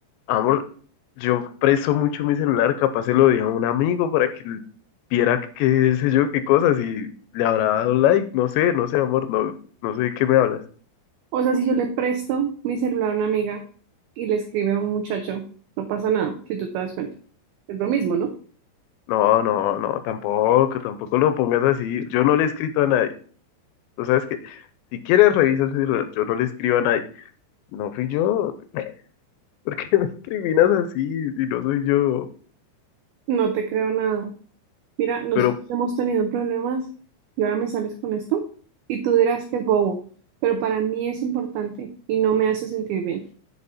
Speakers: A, on the left; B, on the right.
A: amor, yo presto mucho mi celular, capaz se lo di a un amigo para que l- viera qué sé yo, qué cosas y le habrá dado like, no sé, no sé, amor, no, no sé de qué me hablas.
B: O sea, si yo le presto mi celular a una amiga y le escribe a un muchacho, no pasa nada, si tú te das cuenta. Es lo mismo, ¿no?
A: No, no, no, tampoco, tampoco lo pongas así. Yo no le he escrito a nadie. O sea, es que si quieres revisas mi celular, yo no le escribo a nadie. No fui yo. <laughs> ¿Por qué me incriminas así si no soy yo?
B: No te creo nada. Mira, nosotros
A: Pero,
B: hemos tenido problemas y ahora me sales con esto y tú dirás que es bobo, pero para mí es importante y no me hace sentir bien.